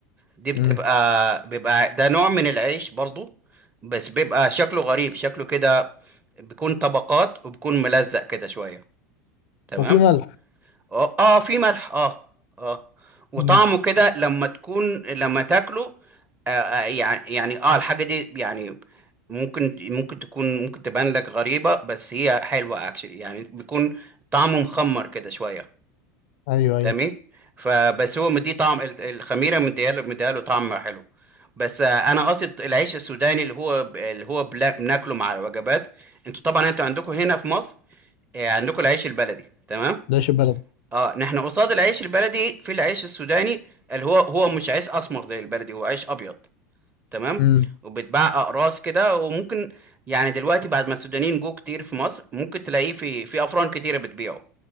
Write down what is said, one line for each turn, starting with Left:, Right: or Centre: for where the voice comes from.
Right: دي بتبقى
Left: أمم.
Right: بيبقى ده نوع من العيش برضو بس بيبقى شكله غريب شكله كده بيكون طبقات وبيكون ملزق كده شوية تمام
Left: وفي ملح
Right: اه آه، في ملح اه اه وطعمه
Left: أمم.
Right: كده لما تكون لما تاكله آه آه، يعني يعني اه الحاجة دي يعني ممكن ممكن تكون ممكن تبان لك غريبة بس هي حلوة اكشلي يعني بيكون طعمه مخمر كده شوية
Left: أيوه أيوه
Right: تمام فبس هو مديه طعم ال- الخميره مديها له مديها له طعم حلو بس آه، انا قصد العيش السوداني اللي هو ب- اللي هو بلا- بناكله مع الوجبات انتوا طبعا انتوا عندكم هنا في مصر آه، عندكم العيش البلدي تمام
Left: ناشف بلدي
Right: اه نحن قصاد العيش البلدي في العيش السوداني اللي هو هو مش عيش اسمر زي البلدي هو عيش ابيض تمام
Left: أمم.
Right: وبيتباع اقراص كده وممكن يعني دلوقتي بعد ما السودانيين جو كتير في مصر ممكن تلاقيه في في افران كتيره بتبيعه